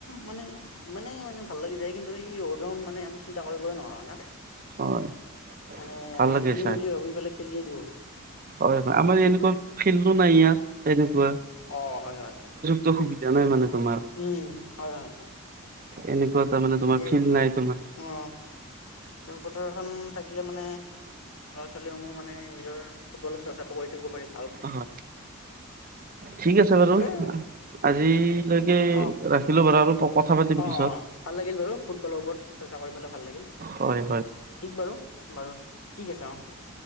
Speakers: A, on the left; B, on the right.
A: মানে ইমানেই মানে ভাল লাগি যায় কিন্তু অঘটন মানে আমি চিন্তা কৰিবই নোৱাৰো হয় না?
B: হয়
A: মানে
B: ভাল
A: আমি
B: লাগে
A: খেলিম
B: চাই
A: বুলি ভাবি পেলাই খেলিয়ে দিওঁ আৰু।
B: হয় হয় আমাৰ এনেকুৱা ফিল্ডো নাই ইয়াত তেনেকোৱা।
A: অ' হয় হয় হয়।
B: তো সুবিধা নাই মানে তোমাৰ।
A: উম, হয়, হয়, হয়,
B: এনেকুৱাত তাৰ মানে
A: ঠিকেই
B: তোমাৰ ফিল্ড নাই তোমাৰ।
A: অ', খেলপথাৰখন থাকিলে মানে, ল'ৰা ছোৱালীসমূহ মানে নিজৰ ফুটবলৰ চৰ্চাটো কৰি থাকিব পাৰিব।
B: অ'হয়। ঠিক আছে বাৰু।
A: সেইটোয়ে
B: আজিলৈকে
A: অ',
B: ৰাখিলো বাৰু আৰু কথা পাতিম পি
A: অ' অ' ভাল লাগিল বাৰু ফুটবলৰ ওপৰত চৰ্চা কৰি পেলাই ভাল লাগিল।
B: হয় হয়।
A: ঠিক বাৰু, বাৰু ঠিক আছে অ' অ'।